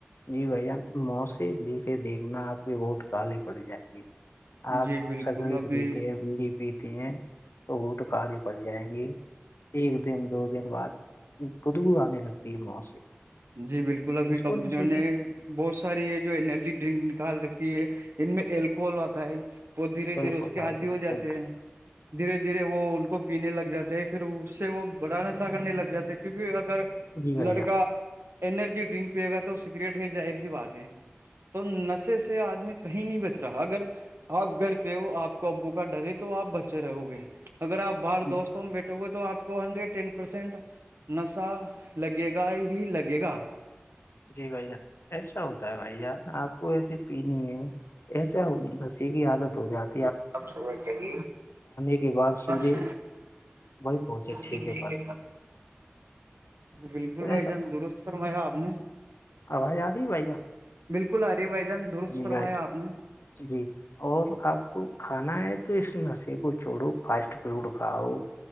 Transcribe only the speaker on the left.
جی بھان مو سے دیک کے دیکھنا آپ ووٹ کالے پڑ جائیں گے آپ
سگریٹ
پیتے ہیں بلی پیتے ہیں تو گٹ کالی پڑ جائیں گے ایک دن دو دن بعد پدگو آ ن لگ ت م سے
اس کو
نہیں سوتے
بالکل
بالکل
صحیح کہا۔
جی بھائی
جان
جی
جی بھائی جان ایسا ہوتا ہے بھائی جان آپ کو ایسی پینی ہے ایسا ج کی عادت ہو جات
کے بعد سیدھے
وہی پہنچے ٹھیک
ہے پر
تو
ایسا
آواز آ رہی ہے بھائی جان
جی
بھائی
جی <inaudible> اور آپ کو کھانا ہے تو اس نشے کو چھوڑو فاسٹ فوڈ کھاؤ